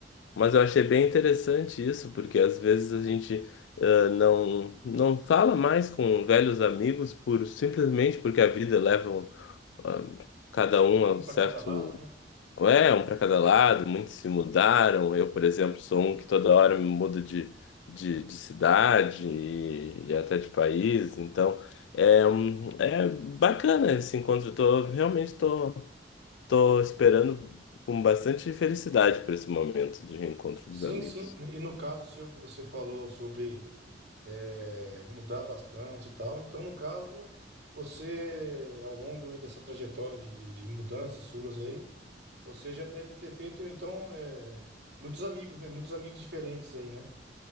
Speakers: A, on the left; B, on the right.
A: Mas eu achei bem interessante isso, porque às vezes a gente ah, não, não fala mais com velhos amigos por simplesmente porque a vida leva um- ah, cada um a
B: Um
A: um
B: para
A: certo.
B: cada lado, né?
A: É, um para cada lado, muitos se mudaram. Eu, por exemplo, sou um que toda hora me mudo de, de, de cidade e, e até de país. Então, é, um- é bacana esse encontro. Eu tô, realmente estou Tô esperando com bastante felicidade por esse momento de reencontro
B: Sim,
A: dos amigos.
B: sim. E no caso seu que você falou sobre eh, mudar bastante e tal, então no caso você, ao longo dessa trajetória de, de, de mudanças suas aí, você já deve ter feito então eh, muitos amigos, né? Muitos amigos diferentes aí, né?